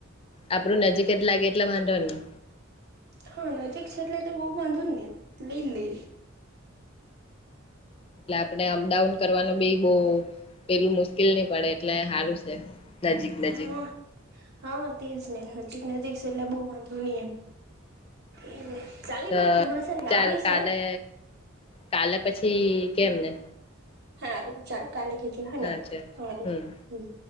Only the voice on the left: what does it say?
આપડું નજીક જ લાગે એટલે વાંધો ની.
એટલે આપણે અપડાઉન કરવાનું બી બહુ પેલું મુશ્કેલ નહી પડે, એટલે હારું છે. નજીક નજીક.
તો
ચાલ
કાલે કાલે પછી કેમને.
હા ચાલ
હમ